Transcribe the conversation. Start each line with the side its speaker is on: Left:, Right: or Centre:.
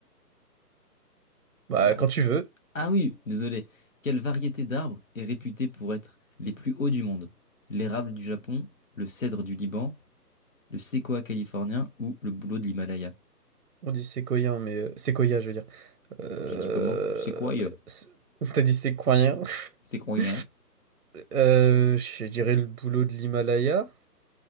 Right: bah
Left: Bah,
Right: quand tu veux.
Left: Ah oui, désolé. Quelle variété d'arbres est réputée pour être les plus hauts du monde? L'érable du Japon, le cèdre du Liban, le séquoia californien ou le bouleau de l'Himalaya?
Right: On dit séquoien, mais euh, séquoia, je veux dire. Euh...
Left: J'ai dit comment? Séquoia.
Right: c'est- T'as dit séquoien?
Left: Séquoia.
Right: <laughs>
Left: hein
Right: Euh, je dirais le boulot de l'Himalaya.